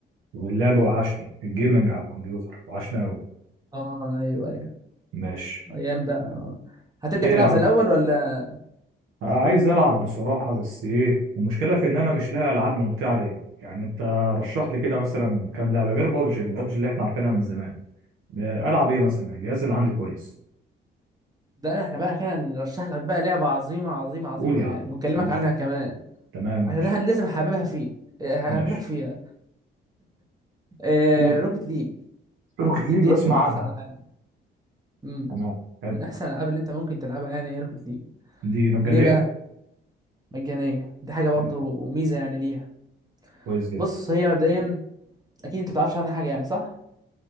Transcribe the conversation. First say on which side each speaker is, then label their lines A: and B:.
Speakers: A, on the right; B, on the right.
A: واللعب وحشني الجيمنج على الكمبيوتر وحشني قوي
B: آه أيوه أيوه
A: ماشي
B: أيام بقى آه. هترجع
A: ايه
B: تلعب
A: يا عم
B: زي الأول ولا
A: عايز العب بصراحة بس ايه المشكلة في ان انا مش لاقي العاب ممتعة ليا يعني انت رشح لي كده مثلا كام لعبة غير بابجي البابجي اللي احنا عارفينها من زمان آه، العب ايه مثلا الجهاز اللي عندي كويس
B: لا إحنا بقى أخيرا نرشح لك بقى لعبة عظيمة عظيمة عظيمة
A: قول يا
B: يعني
A: عم
B: ونكلمك
A: ماشي
B: عنها كمان
A: تمام ماشي
B: عشان أنا لازم أحببها فيك آه،
A: ماشي
B: هحببك فيها آه
A: قول
B: روكيت ليج
A: روكيت
B: روكيت ليج
A: ليج
B: ديت
A: بسمع
B: من أحسن
A: عنها
B: الألعاب مم.
A: تمام حلو
B: من أحسن الألعاب اللي أنت ممكن تلعبها يعني هي روكيت ليج
A: دي مجانية
B: ليه بقى؟ مجانية دي حاجة برضو
A: يعني
B: ميزة يعني ليها
A: كويس جدا
B: بص هي مبدئيا اكيد انت ما تعرفش عنها حاجه يعني صح